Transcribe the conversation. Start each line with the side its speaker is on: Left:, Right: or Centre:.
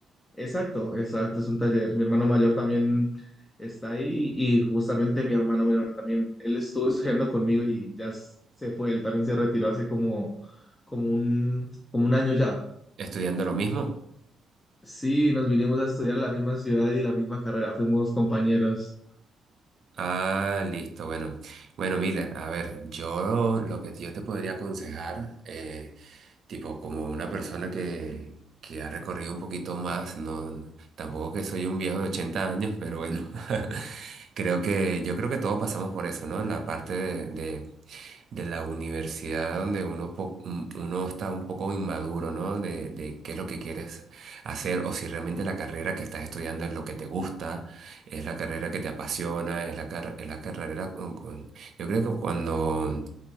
Left: Exacto, exacto, es un taller. Mi hermano mayor también está ahí y justamente mi hermano menor también, él estuvo <laughs> estudiando conmigo y ya s- se fue, él también se retiró hace como, como un, como un año ya.
Right: estudiando lo mismo.
Left: Sí, nos vinimos a estudiar en la misma ciudad y la misma carrera, fuimos compañeros.
Right: Ah, listo, bueno. Bueno, mira, a ver, yo lo que yo te podría aconsejar eh, tipo como una persona que, que ha recorrido un poquito más, no, no- tampoco que soy un viejo de 80 años, pero bueno, <laughs> creo que yo creo que todos pasamos por eso, ¿no? En la parte de, de- de la universidad donde uno, po- un- uno está un poco inmaduro, ¿no? De, de qué es lo que quieres hacer o si realmente la carrera que estás estudiando es lo que te gusta, es la carrera que te apasiona, es la, car- es la carrera con, con- Yo creo que cuando